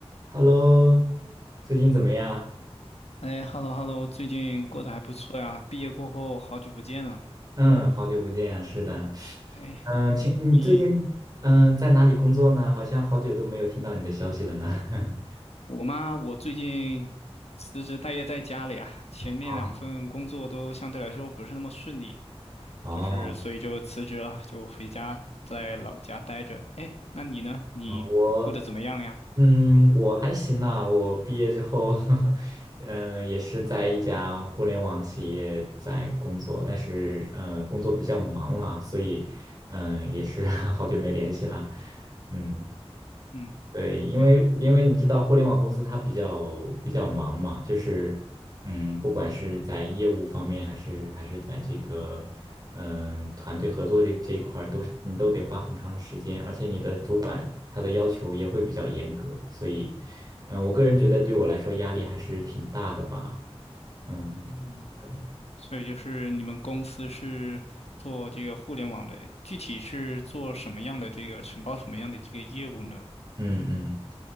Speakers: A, on the right (about 40°); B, on the left (about 75°).
A: Hello，最近怎么样？
B: 哎，hello hello，最近过得还不错呀。毕业过后好久不见了。
A: 嗯，好久不见啊，是的。
B: 哎，
A: 嗯，请你最近嗯在哪里工作呢？
B: 你
A: 好像好久都没有听到你的消息了呢。<laughs>
B: 我妈，我最近辞职待业在家里啊。前面两份工作都相对来说不是那么顺利，
A: 啊，哦，
B: 就是所以就辞职了，就回家在老家待着。哎，那你呢？你过得怎么样呀？
A: 啊，我嗯我还行啦，我毕业之后，<laughs> 嗯也是在一家互联网企业在工作，但是嗯工作比较忙啦，所以嗯也是 <laughs> 好久没联系啦。嗯。
B: 嗯，
A: 对，因为因为你知道互联网公司它比较比较忙嘛，
B: 哎，
A: 就是嗯，不管是在业务方面，还是还是在这个嗯团队合作这这一块儿，都是你都得花很长的时间，而且你的主管他的要求也会比较严格，所以嗯，我个人觉得对我来说压力还是挺大的吧，嗯，
B: 嗯，
A: 对，
B: 所以就是你们公司是做这个互联网的，具体是做什么样的这个承包什么样的这个业务呢？
A: 嗯嗯。